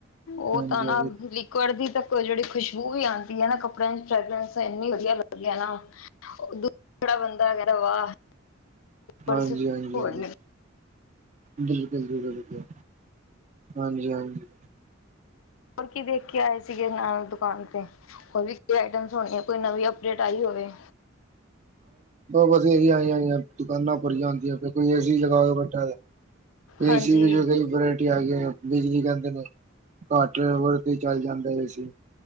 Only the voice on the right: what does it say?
ਹਾਂਜੀ
ਹਾਂਜੀ
ਹਾਂਜੀ-
ਹਾਂਜੀ-
ਹਾਂਜੀ।
ਬਿਲਕੁਲ- ਜਿਲ- ਬਿਲਕੁਲ, ਹਾਂਜੀ -ਹਾਂਜੀ।
ਬਸ ਰੀਆਂ ਆਈ ਆਈਆਂ ਦੁਕਾਨਾਂ ਭਰੀਆਂ ਹੁੰਦੀਆਂ ਕੋਈ ਏਸੀ ਲਗਾ ਕੇ ਬੈਠਾ ਤੇ
ਏਸੀ ਕਈ ਵਰਾਇਟੀ ਆ ਗਈ ਬਿਜਲੀ ਕਦੇ ਨੇ ਘਟ ਟਵਰ ਤੇ ਚੱਲ ਜਾਂਦਾ ਹੈ ਸੀ।